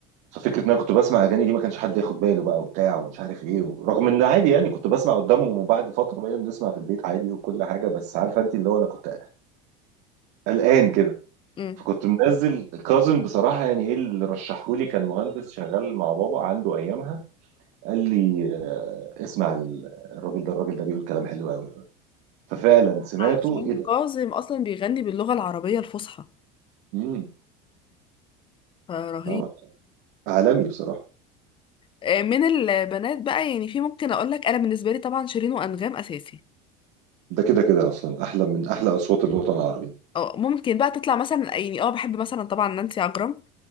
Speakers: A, on the right (about 65°); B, on the left (about 25°).
A: ففكره ان انا كنت بسمع اغاني دي ما كانش حد ياخد باله بقى وبتاع ومش عارف ايه رغم ان عادي يعني كنت بسمع قدامهم وبعد فتره بقينا بنسمع في البيت عادي وكل حاجه بس عارفه انت اللي هو انا كنت قلقان كده
B: امم
A: فكنت منزل كاظم بصراحه يعني ايه اللي رشحهولي كان مهندس شغال مع بابا عنده ايامها قال لي آه، اسمع ال- الراجل ده الراجل ده بيقول كلام حلو قوي ففعلا سمعته
B: عشان
A: ايه ده
B: كاظم اصلا بيغني باللغه العربيه الفصحى
A: امم
B: فرهيب
A: فاهم؟ عالمي بصراحه
B: آه، من البنات بقى يعني في ممكن اقول لك انا بالنسبه لي طبعا شيرين وانغام اساسي
A: ده كده كده اصلا احلى من احلى اصوات الوطن العربي
B: اه ممكن بقى تطلع مثلا يعني اه بحب مثلا طبعا نانسي عجرم